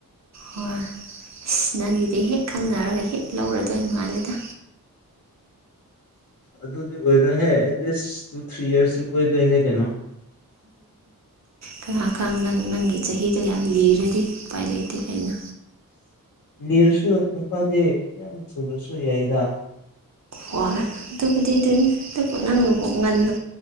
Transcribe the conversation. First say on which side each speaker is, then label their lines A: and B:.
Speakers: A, on the right; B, on the left.
A: ꯍꯣꯏ ꯑꯁ ꯅꯪꯒꯤꯗꯤ ꯍꯦꯛ ꯈꯪꯅꯔꯒ ꯍꯦꯛ ꯂꯧꯔꯗꯣꯏ ꯃꯥꯜꯂꯦꯗ
B: ꯑꯗꯨꯗꯤ ꯑꯣꯏꯔꯣꯏꯍꯦ ꯑꯦꯠꯂꯤꯁ ꯇꯨ ꯊ꯭ꯔꯤ ꯌꯔꯁꯁꯨ ꯀꯣꯏꯗꯣꯏꯅꯦ ꯀꯩꯅꯣ
A: ꯈꯔ ꯈꯥꯡ ꯅꯪ ꯅꯪꯒꯤ ꯆꯍꯤꯗꯣ ꯌꯥꯝ ꯂꯤꯔꯗꯤ ꯎꯄꯥꯏ ꯂꯩꯇꯦ ꯀꯩꯅꯣ
B: ꯂꯤꯔꯁꯨ ꯅꯨꯄꯥꯗꯤ ꯌꯥꯝ ꯊꯨꯗ꯭ꯔꯁꯨ ꯌꯥꯏꯗ
A: ꯍꯣꯢ ꯑꯗꯨꯕꯨꯗꯤ ꯑꯗꯨꯅꯤ ꯑꯗꯨꯕꯨ ꯅꯪꯅ ꯉꯟꯅ